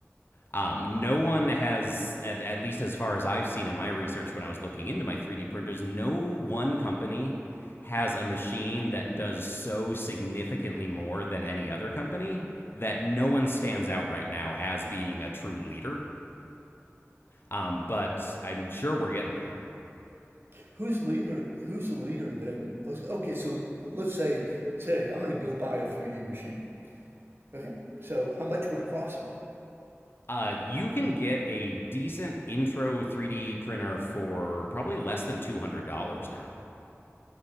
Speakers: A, on the left; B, on the right.
A: Um, no one has, at, at least as far as I've seen in my research when I was looking into my 3D printers, no one company has a machine that does so significantly more than any other company that no one stands out right now as being a true leader. Um, but I'm sure we're getting there.
B: Who's leader? Who's the leader then? Okay, so let's say today I'm going to go buy a 3D machine. Okay, so how much would it cost me?
A: Uh, you can get a decent intro 3D printer for probably less than $200 now.